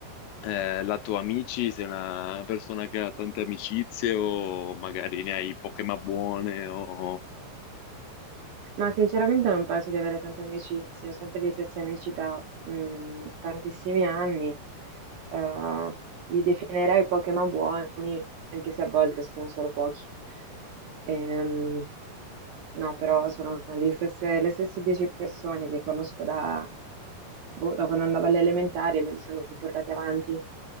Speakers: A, on the left; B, on the right.
A: eh, lato amici, sei una persona che ha tante amicizie o magari ne hai poche ma buone o...
B: Ma sinceramente non penso di avere tante amicizie, ho sempre gli stessi amici da mh, tantissimi anni, Eh, li definirei pochi ma buoni, anche se a volte sono solo pochi. Ehm, no, però sono gli stesse- le stesse dieci persone che conosco da, boh, da quando andavo alle elementari e me li sono portati avanti.